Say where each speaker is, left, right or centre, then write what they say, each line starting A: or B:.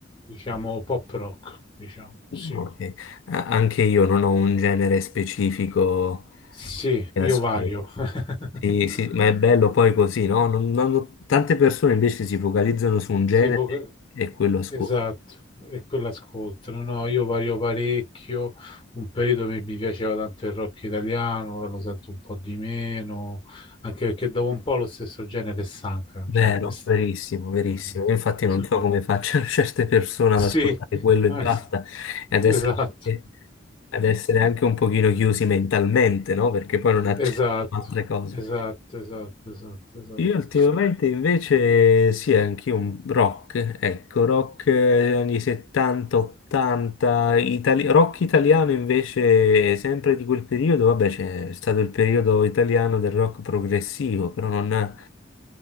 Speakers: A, on the left; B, on the left.
A: diciamo pop rock, diciamo,
B: ok.
A: sì,
B: A- Anche io non ho un genere specifico
A: sì,
B: che
A: io
B: ascolto.
A: vario. <laughs>
B: Sì, sì, ma è bello poi così, no? Non- non- tante persone invece si focalizzano su un
A: Sì,
B: genere
A: poca-
B: e quello ascolto.
A: esatto, e quello ascoltano. No, io vario parecchio. Un periodo mi, mi piaceva tanto il rock italiano, ora lo sento un po' di meno, anche perché dopo un po' lo stesso genere stanca,
B: Vero,
A: cioè a me stanca.
B: verissimo,
A: sinceramente.
B: verissimo. Io Infatti
A: Stesso
B: non so
A: genere.
B: come facciano <laughs> certe persone
A: Sì,
B: ad ascoltare quello
A: anzi,
B: e basta, e ad essere,
A: esatto.
B: anche, ad essere anche un pochino chiusi mentalmente, no? Perché poi non accettano
A: Esatto,
B: altre cose.
A: esatto, esatto, esatto, esatto.
B: Io ultimamente invece sì, anche un rock, ecco, rock eh, anni 70-80, itali- rock italiano invece sempre di quel periodo, vabbè c'è stato il periodo italiano del rock progressivo, però non...